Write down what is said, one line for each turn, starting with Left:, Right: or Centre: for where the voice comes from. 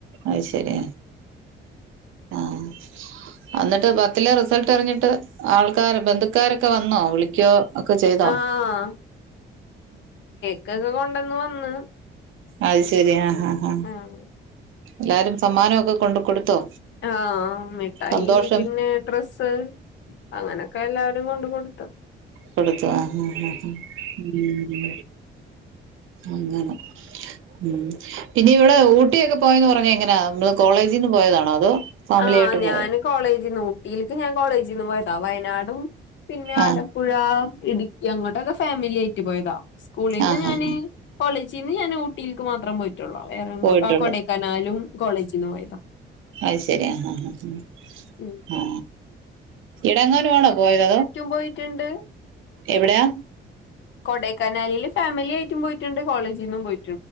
Right: അഹ് ശെരി ആഹ്. അന്നിട്ട് പത്തിലെ റിസൾട്ടറിഞ്ഞിട്ട് ആൾക്കാര് ബന്ധുക്കാരൊക്കെ വന്നോ വിളിക്കോ. ഒക്കെ ചെയ്തോ.
Left: ആഹ് കേ ക്കൊക്കെ കൊണ്ടന്ന് വന്ന്.
Right: അഹ് ശെരി ആ ഹാ ഹാ
Left: ആഹ്
Right: എല്ലാരും സമ്മാനൊക്കെ കൊണ്ട് കൊടുത്തോ.
Left: ആഹ് മിഠായി
Right: സന്തോഷം
Left: പിന്നെ ഡ്രസ്സ്. അങ്ങനൊക്കെ എല്ലാരും കൊണ്ട് കൊടുത്ത്‌.
Right: കൊടുത്താ ഉം, ഉം, ഹും അങ്ങനെ. ഉം പിന്നെ ഇവിടെ ഊട്ടിയൊക്കെ പോയെന്ന് പറഞ്ഞെങ്ങനാ ങ്ങള് കോളേജീന്ന് പോയതാണോ അതോ. ഫാമിലി
Left: ആഹ്
Right: ആയിട്ട്
Left: ഞാന്
Right: പോയോ
Left: കോളേജിന്ന് ഊട്ടീൽക്ക് ഞാൻ കോളേജിന്ന് പോയതാ വയനാടും പിന്നെ ആലപു
Right: ആ
Left: പുഴാ ഇടുക്കി അങ്ങോട്ടൊക്കെ ഫാമിലി ആയിറ്റ് പോയതാ സ്കൂളീന്ന്
Right: ആ ഹാ
Left: ഞാന്.
Right: ഹാ
Left: കോളേജീന്ന് ഞാന് ഊട്ടീൽക്ക് മാത്രം പോയിട്ടൊള്ളൂ വേറെങ്ങോട്ടും
Right: പോയിട്ടുള്ളു
Left: ആഹ് കൊടേക്കനാലും കോളേജീന്ന് പോയതാ.
Right: അഹ് ശെരി ആഹ്, ഹ,
Left: ഉം
Right: ഹാ ഇടെങ്ങാനു ആണോ പോയത് അതോ.
Left: പോയിറ്റ്ണ്ട്.
Right: എവിടാ.
Left: കൊടേക്കനാലിൽ ഫാമിലി ആയിട്ടും പോയിറ്റ്ണ്ട് കോളേജിന്നും പോയി.